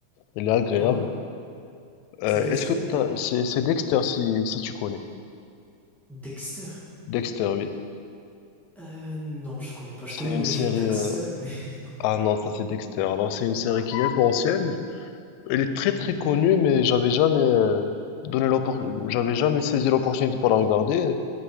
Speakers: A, on the left; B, in the centre.
A: Elle est agréable.
B: ah ouais?
A: Euh,
B: C'est quelle
A: est-ce
B: série?
A: que t'as- c'est, c'est Dexter, si, si tu connais.
B: Dexter.
A: Dexter, oui.
B: Euh, non, je connais pas. Je
A: C'est
B: connais
A: une
B: le
A: série.
B: jeu Daxter,
A: euh,
B: mais... <laughs>
A: Ah non, ça, c'est Dexter. Alors, c'est une série qui est un peu ancienne. Elle est très,
B: Mhm,
A: très connue, mais j'avais jamais euh, donné l'oppor- j'avais jamais saisi l'opportunité pour la regarder.